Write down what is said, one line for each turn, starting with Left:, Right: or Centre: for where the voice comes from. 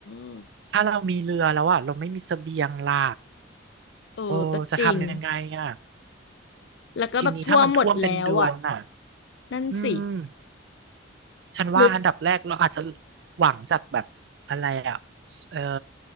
Left: ม
Right: ถ้าเรามีเรือแล้วอ่ะเราไม่มีเสบียงล่ะ
Left: เออก็จริง
Right: โอ้จะทำยังไงอ่ะ
Left: แล้วก็แบบทั่วหมดแล้วอ่ะ
Right: ทีนี้ถ้ามันท่วมเป็นเดือนอ่ะ
Left: นั่นสิ
Right: อืม ฉันว่าอันดับแรกเราอาจจะ
Left: หรือ
Right: หวังจากแบบอะไรอ่ะเออ